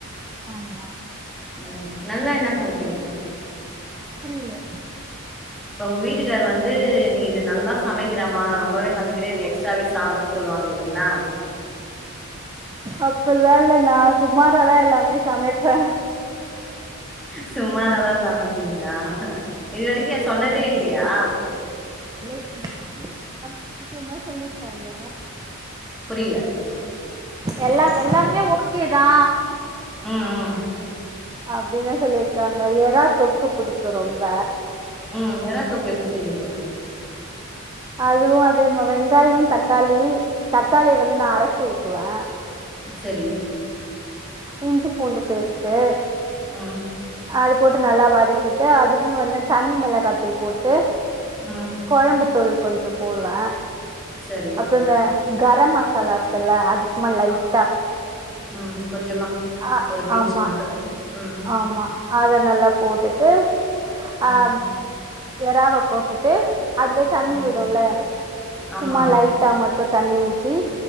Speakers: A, on the right (about 15°); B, in the centre.
A: ஆமா
B: ம் நல்லா என்ன சமைப்பீங்க
A: புரில
B: இப்ப உங்க வீட்டுக்காரு வந்து நீ இது நல்லா சமைக்கிறமா ரொம்பவே சமைக்கிறே இது எக்ஸ்ட்ராவே சாப்பிடணுன் சொல்லுவாங்க இல்லைங்ளா
A: அப்பிட்லா இல்ல நா சுமாராதா எல்லாமே சமைப்பே
B: சுமாராதா சமைப்பீங்ளா இது வரைக்க சொன்னதே
A: ஆமா
B: இல்லையா
A: இல்ல நா சமைக்க <inaudible> முக்கியந் தா சொல்லிருக்காங்க
B: புரியல
A: எல்லா எல்லாமே ஓகேதா
B: ம் ம்
A: அப்டின் தா சொல்லிருக்காங்க எறா தொக்கு பிடிக்கு ரொம்ப
B: ம் எறா தொக்கு எப்டி செய்வீங்க
A: அதுவு அதே மார்தா வெங்காய தக்காளி தக்காளிய வந்து நா அரைச்சு ஊத்துவே
B: செரி
A: இஞ்சி பூண்டு பேஸ்ட்டு
B: ம்
A: அது போட்டு நல்லா வதக்கிட்டு அதுலயு வந்து தனி மிளகாத்தூள் போட்டு
B: ம்
A: கொழம்பு தூள் கொஞ்ச போடுவே
B: சரி
A: அப்றோ இந்த கரம் மசாலா இருக் குல்ல அது சும்மா லைட்டா
B: அ ம் கொஞ்சமா
A: ஆ
B: ஒரு பின்ச்சு
A: ஆமா
B: மட்டு ம்
A: ஆமா அத நல்லா போட்டுட்டு
B: ம்
A: ஆம் எறாவ போட்டுட்டு அதுலே தண்ணி
B: ம்
A: விடுல்ல
B: ஆமா
A: சும்மா லைட்டா மட்டு தண்ணி ஊத்தி